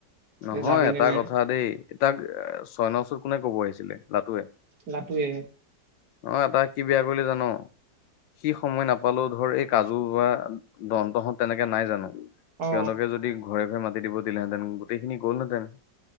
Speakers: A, on the left; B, on the right.
A: নহয়
B: এ যাবি
A: এটা
B: নে নাই
A: কথা দেই এ তাক ছয়নৰ ওচৰত কোনে কব আহিছিলে লাটুৱে?
B: লাটুৱে।
A: অ এটা কি বিয়া কৰিলে জান সি সময় নাপালেও ধৰ এই কাজু বা দন্তহঁত তেনেকে নাই জানো সিহতকে
B: অ অ
A: যদি ঘৰে ঘৰে মাতি দিব দিলেহেঁতেন গোটেইখিনি গ'ল হেঁতেন।